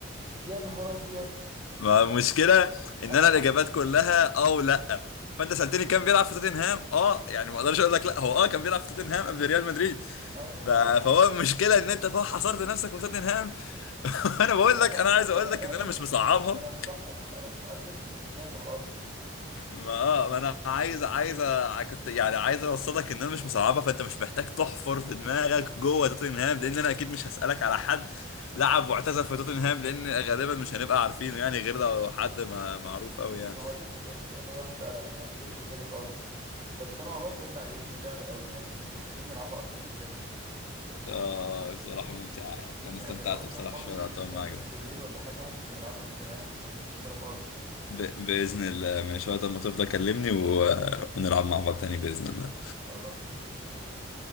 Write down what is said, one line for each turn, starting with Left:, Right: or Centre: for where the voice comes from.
Right: يا نهار ابيض
Left: ما المشكلة ان
Right: انا
Left: انا الاجابات كلها اه ولا آه. فانت سألتني كان بيلعب في توتنهام اه يعني ما اقدرش اقول لك لا هو اه كان بيلعب في توتنهام قبل ريال مدريد
Right: اه
Left: ف- فهو المشكلة ان انت فوق حصرت نفسك في توتنهام <laughs> وانا بقول
Right: انا
Left: لك انا عايز اقول
Right: انا
Left: لك
Right: فعلا
Left: ان انا مش مصعبها
Right: انا مسقط انا مسقط جاريث بيل من الكلام ده خالص
Left: ما اه ما انا عايز عايز أ- كنت يعني عايز اوصلك ان انا مش مصعبها فانت مش محتاج تحفر في دماغك جوه توتنهام لان انا اكيد مش هسألك على حد لعب واعتزل في توتنهام لان غالبا مش هنبقى عارفينه يعني غير لو حد ما معروف
Right: مم.
Left: قوي يعني
Right: هو دي فكره فظيعه فعلا ما جتش في بالي خالص بس انا والله بجد عجبتني اللعبه قوي يعني محتاجين نلعبها اكتر من كده
Left: آه بصراحة ممتعة يعني أنا
Right: يعني
Left: استمتعت
Right: لو انت
Left: بصراحة
Right: فاضي
Left: شوية العطاء
Right: آه،
Left: معاك ده
Right: بالليل ولا حاجه ممكن نلعبها كمان ما عنديش مشكله خالص يعني
Left: ب... بإذن الله ماشي وقت ما تفضى كلمني و... ونلعب مع بعض تاني بإذن الله
Right: خلاص متفقين يا باشا